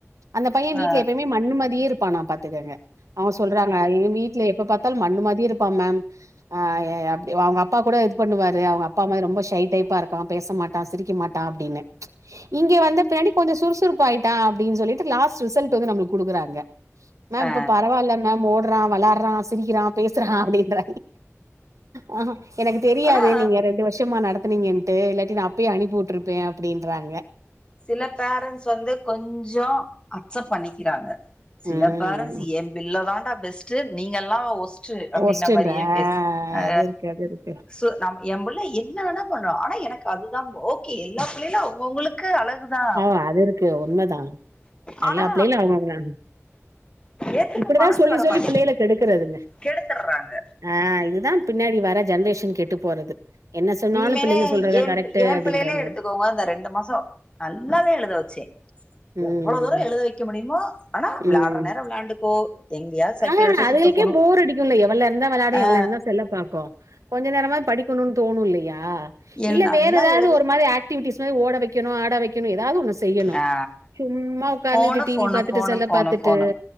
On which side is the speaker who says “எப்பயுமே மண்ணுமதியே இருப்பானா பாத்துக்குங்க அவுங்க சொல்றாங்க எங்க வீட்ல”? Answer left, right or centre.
Right